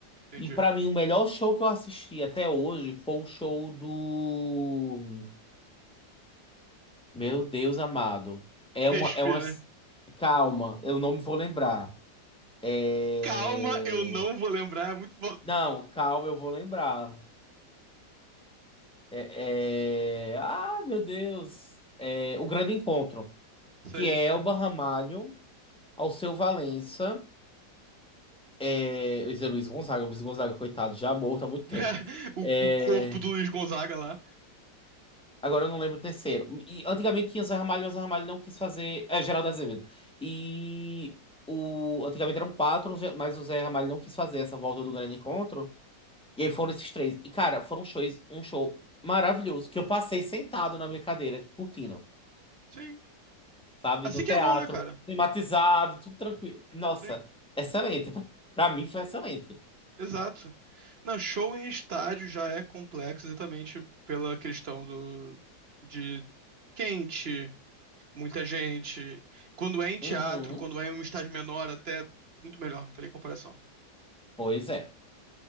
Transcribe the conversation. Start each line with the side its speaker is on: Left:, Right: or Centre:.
Right: entendi.
Centre: E pra mim, o melhor show que eu assisti até hoje foi o show do. Meu Deus amado. É
Right: Respira.
Centre: uma. É uma... Calma, eu não me vou lembrar. É...
Right: Calma, eu não vou lembrar, é muito bom.
Centre: Não, calma, eu vou lembrar. É, é... Ah, meu Deus. É... O Grande Encontro,
Right: Isso
Centre: que
Right: isso
Centre: é Elba
Right: aí.
Centre: Ramalho, Alceu Valença, é... Zé Luiz Gonzaga. Luiz Gonzaga, coitado, já morto há muito tempo.
Right: <laughs> o,
Centre: É...
Right: o corpo do Luiz Gonzaga lá.
Centre: Agora eu não lembro o terceiro. E antigamente tinha Zé Ramalho, mas Zé Ramalho não quis fazer. É, Geraldo Azevedo. E o... antigamente eram quatro, mas o Zé Ramalho não quis fazer essa volta do grande encontro. E aí foram esses três. E, cara, foram shows, um show maravilhoso, que eu passei sentado na minha cadeira, curtindo,
Right: Sim.
Centre: sabe?
Right: Assim
Centre: No
Right: que
Centre: teatro,
Right: é bom, né, cara?
Centre: climatizado, tudo tranquilo. Nossa,
Right: Sim,
Centre: excelente. <laughs> Pra mim foi excelente.
Right: exato. Não, show em estádio já é complexo exatamente pela questão do, de quente, muita gente. Quando é em teatro,
Centre: Uhum.
Right: quando é em um estádio menor, até muito melhor, não tem nem comparação.
Centre: Pois é.